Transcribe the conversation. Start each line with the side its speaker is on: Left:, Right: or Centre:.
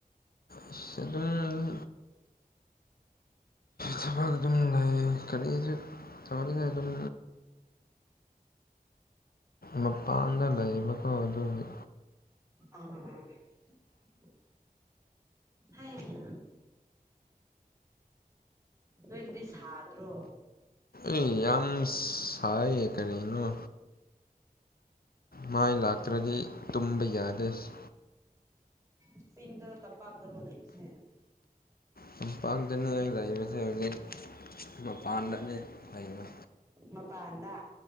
Left: ꯑꯁ ꯑꯗꯨꯝ ꯊꯕꯛ ꯑꯗꯨꯝ ꯂꯩ ꯀꯔꯤꯁꯨ ꯇꯧꯔꯤꯉꯥꯏ ꯑꯗꯨꯝ ꯃꯄꯥꯟꯗ ꯂꯩꯕꯀꯣ ꯑꯗꯨꯒꯤ
Right: <unintelligible> ꯍꯩꯍꯥ ꯅ‌ꯣꯏꯗꯗꯤ ꯁꯥꯗ꯭ꯔꯣ
Left: ꯑꯦ ꯌꯥꯝ ꯁꯥꯏ ꯀꯔꯤꯅ‌ꯣ ꯃꯥꯏ ꯂꯥꯛꯇ꯭ꯔꯗꯤ ꯇꯨꯝꯕ ꯌꯥꯗ‌ꯦ ꯑꯁ
Right: ꯁꯤꯁꯤꯡꯗ ꯇꯝꯄꯥꯛꯗꯔꯣ ꯂꯩꯁꯦ
Left: ꯇꯝꯄꯥꯛꯇꯅ ꯂꯩꯕꯁꯦ ꯍꯧꯖꯤꯛ ꯃꯄꯥꯟꯗꯅꯦ ꯂꯩꯕ
Right: ꯃꯄꯥꯥꯟꯗ